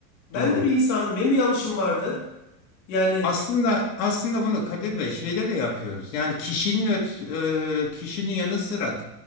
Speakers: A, on the left; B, on the left.
A: Ben
B: Doğru.
A: de bir insandım. Benim de yanlışım vardı. Yani
B: Aslında aslında bunu Kadir Bey şeyde de yapıyoruz. Yani kişinin öt, e, kişinin yanı sıra